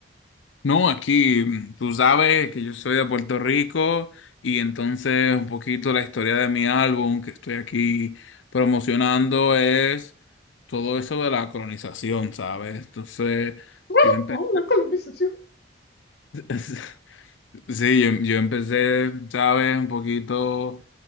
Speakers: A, on the left (about 90°); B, on the left (about 55°).
A: No, aquí mm, tú sabes que yo soy de Puerto Rico y entonces un poquito la historia de mi álbum que estoy aquí promocionando es todo eso de la colonización, ¿sabes? Entonces
B: ¡Wow!
A: yo empecé.
B: ¡Oh, la colonización!
A: <laughs> Sí, yo, yo empecé, ¿sabes? Un poquito